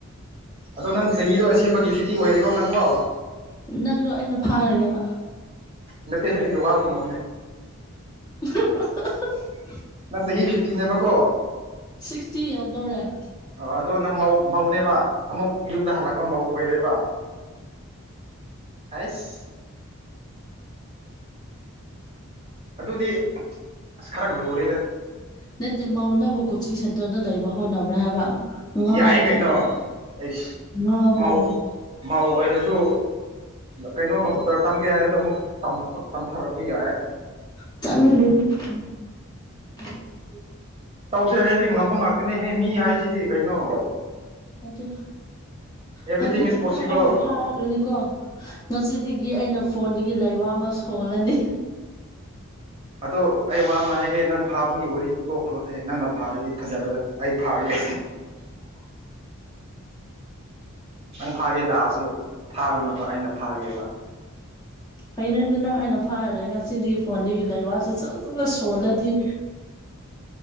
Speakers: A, on the right; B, on the left.
A: ꯑꯗꯣ ꯅꯪ ꯆꯍꯤꯗꯣ ꯑꯁꯦꯡꯕꯒꯤ ꯐꯤꯇꯤ ꯑꯣꯏꯔꯦꯀꯣ ꯅꯪꯕꯣ
B: ꯅꯪꯗꯣ ꯑꯩꯅ ꯐꯥꯔꯒꯦꯕ
A: ꯅꯠꯇꯦ ꯑꯩꯒꯤ ꯋꯥ ꯈꯨꯣꯡꯃꯥꯎꯅꯦ
B: <inaudible>
A: ꯅ ꯆꯍꯤ ꯆꯍꯤ ꯐꯤꯐꯇꯤꯅꯦꯕ ꯀꯣ
B: ꯁꯤꯛꯁꯇꯤ ꯌꯧꯗꯧꯔꯦ
A: ꯑ ꯑꯗꯣ ꯅꯪ ꯃꯧ ꯃꯧꯅꯦꯕ ꯑꯃꯨꯛ ꯌꯨꯝꯗ ꯍꯜꯂꯛꯄ ꯃꯧ ꯑꯣꯏꯔꯦꯕ ꯑꯁ <inaudible> ꯑꯗꯨꯗꯤ ꯑꯁ ꯈꯔ ꯂꯨꯔꯦꯗ
B: ꯅꯠꯇꯦ ꯃꯧꯅꯕꯨ ꯀꯣꯆꯤꯡ ꯁꯦꯟꯇꯔꯗ ꯂꯩꯕ ꯍꯧꯥꯎꯅꯕ꯭ꯔꯥ ꯍꯥꯏꯕ ꯉꯎꯒꯨꯅ
A: ꯌꯥꯏ ꯀꯩꯅꯣ ꯑꯩꯁ
B: ꯉꯎꯒꯨꯅꯣ
A: ꯃꯧ ꯃꯧ ꯑꯣꯏꯔꯁꯨ ꯀꯩꯅꯣ ꯀꯝꯄꯨꯇꯔ ꯇꯝꯒꯦ ꯍꯥꯏꯔꯁꯨ ꯑꯃꯨꯛ ꯇꯝꯊꯔꯛꯄ ꯌꯥꯏ
B: ꯆꯪꯦ <inaudible>
A: ꯇꯧꯁꯦ ꯍꯥꯏꯔꯗꯤ ꯉꯝꯕ ꯉꯥꯛꯇꯅꯦꯍꯦ ꯃꯤ ꯍꯥꯏꯁꯤꯗꯤ ꯀꯩꯅꯣ
B: ꯑꯗꯨ
A: ꯑꯦꯕ꯭ꯔꯤꯊꯤꯡ
B: ꯐꯥꯒꯤꯅꯦꯗꯨꯅ
A: ꯏꯁ ꯄꯣꯁꯤꯕꯜ
B: ꯑꯩꯅ ꯐꯥꯔꯗꯣꯏꯅꯦꯀꯣ ꯉꯁꯤꯗꯒꯤ ꯑꯩꯅ ꯐꯣꯟꯗꯒꯤ ꯂꯥꯏ ꯋꯥ ꯑꯃ ꯁꯣꯜꯂꯅꯤ
A: ꯑꯗꯣ ꯑꯩ ꯋꯥ ꯑꯃ ꯍꯥꯏꯒꯦ ꯅꯪ ꯐꯥꯕꯒꯤ ꯋꯥꯔꯤꯗꯨ ꯇꯣꯛꯈ꯭ꯔꯣꯍꯦ ꯅꯪꯅ ꯐꯥꯔꯗꯤ ꯐꯖꯔꯣꯏ ꯑꯩ ꯐꯥꯒꯦ ꯅꯪ ꯐꯥꯒꯦ ꯂꯥꯛꯑꯁꯨ ꯐꯥꯒꯅꯨꯕꯌꯌ ꯃꯧ ꯑꯩꯅ ꯐꯥꯒꯦꯕ
B: ꯐꯅꯦ ꯑꯗꯨ ꯅꯪ ꯑꯩꯅ ꯐꯥꯔꯔꯦ ꯉꯁꯤꯗꯤ ꯐꯣꯟꯗꯒꯤ ꯂꯩ ꯋꯥꯁꯦ ꯁꯣꯂꯗꯤ <inaudible>